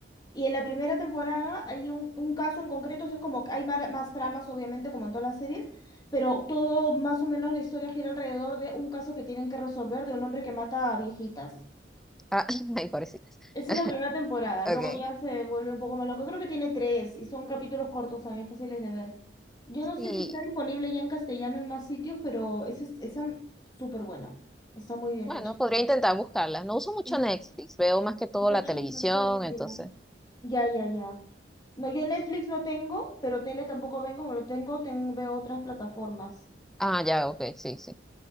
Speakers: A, on the left; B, in the centre.
A: Y en la primera temporada hay un, un caso en concreto, o sea, es como que hay mar- más tramas, obviamente, como en todas las series, pero todo más o menos la historia gira alrededor de un caso que tienen que resolver de un hombre que mata a viejitas.
B: Ah, <laughs> ay, pobrecita.
A: Esa
B: <laughs>
A: es la primera temporada, luego
B: Ok.
A: ya se vuelve un poco más loco. Creo que tiene tres y son capítulos cortos también fáciles de ver. Yo no sé
B: Y
A: si está disponible ya en castellano en más sitios, pero esa es esa m- súper buena. Está muy bien
B: bueno,
A: hecha.
B: podría intentar buscarla. No uso mucho
A: Sí,
B: Netflix, veo más que todo
A: Noche,
B: la televisión,
A: noche y
B: entonces.
A: día. Ya, ya, ya. No, yo Netflix no tengo, pero tele tampoco vengo, pero tengo, tengo, veo otras plataformas.
B: Ah, ya, ok, sí, sí.